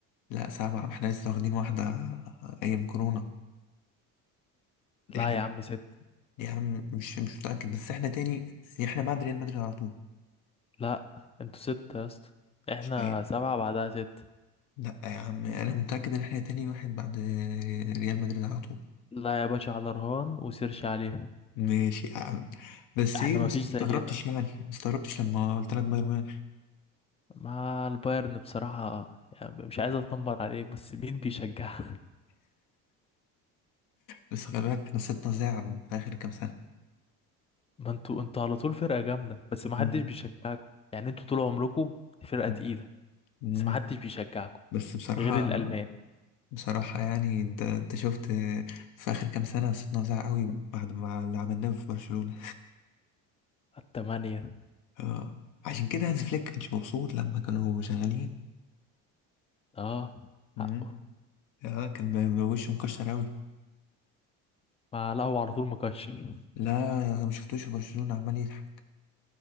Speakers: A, on the left; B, on the left.
A: لا سبعة احنا لسه واخدين واحدة ايام كورونا
B: لا
A: احنا
B: يا عم سته
A: يا عم مش مش متأكد بس احنا تاني احنا بعد ريال مدريد على طول
B: لا انتوا سته يا اسطى احنا
A: مش يعني
B: سبعه بعدها سته
A: لا يا عم انا متأكد ان احنا تاني واحد بعد ريال مدريد على طول
B: لا يا باشا على رهان وسيرش عليها
A: ماشي يا عم بس
B: احنا
A: ايه
B: ما
A: بس
B: فيش
A: ما
B: زي
A: استغربتش
B: ده
A: يعني ما استغربتش لما قلت لك بايرن ميونخ
B: مع البايرن بصراحة يعني مش عايز اتنمر عليك بس مين بيشجعها
A: بس خلي بالك احنا سيبنا زعل في اخر كام سنة
B: <laughs> ما انتوا انتوا على طول فرقة جامدة بس ما حدش
A: مم.
B: بيشجعكم يعني انتوا طول عمركم فرقة
A: مم.
B: تقيلة
A: مم.
B: بس ما حدش بيشجعكم
A: بس بصراحة
B: غير الألمان
A: بصراحة يعني انت انت شفت في اخر كام سنة صرنا زعل قوي بعد ما اللي عملناه في برشلونة
B: التمانية
A: آه. عشان كده هانز فليك كانش مبسوط لما كانوا شغالين
B: اه
A: مم.
B: حقه
A: اه كان ب- وشه مكشر أوي
B: ما لا هو على طول مكشر
A: لا أنا ما شفتوش في برشلونة عمال يضحك